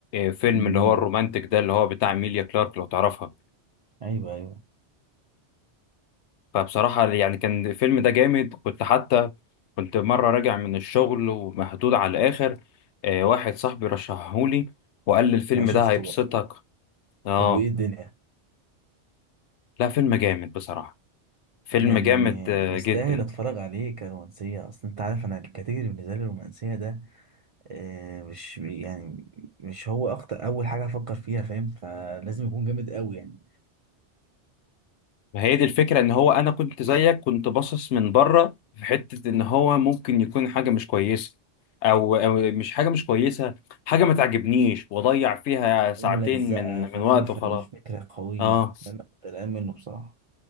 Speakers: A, on the left; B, on the right.
A: فيلم
B: مم.
A: اللي هو الرومانتك ده اللي هو بتاع ميليا كلارك لو تعرفها
B: أيوه أيوه
A: فبصراحه يعني كان الفيلم ده جامد كنت حتى كنت مره راجع من الشغل ومهدود على الاخر آه، واحد صاحبي رشحهولي وقال لي الفيلم
B: فشفته
A: ده هيبسطك
B: بقى
A: اه
B: طب وإيه الدنيا
A: لا فيلم جامد بصراحه فيلم
B: يعني
A: جامد آه،
B: يستاهل
A: جدا
B: أتفرج عليه كرومانسية أصل أنت عارف أنا الكاتيجوري بالنسبة لي الرومانسية ده آه، مش يعني مش هو اكتر اول حاجه هفكر فيها فاهم فلازم يكون جامد قوي يعني
A: هي دي الفكرة ان هو انا كنت زيك كنت باصص من بره في حتة ان هو ممكن يكون حاجة مش كويسة او أو مش حاجة مش كويسة حاجة ما تعجبنيش واضيع فيها ساعتين
B: ملزقه
A: من من
B: خفيفه
A: وقت وخلاص
B: مش فكره قويه
A: اه
B: ده انا كنت قلقان منه بصراحه